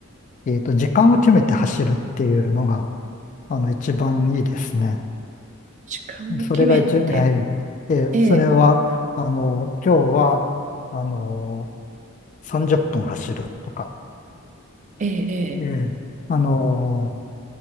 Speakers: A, on the left; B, on the right.
A: ー、えっと、時間を決めて走るっていうのが、あの、一番いいですね。
B: 時間を決めて、
A: それが一、えーえーそれは、
B: ええ、
A: あの、今日は、あのー、30分走るとか、
B: ええ、
A: えーあの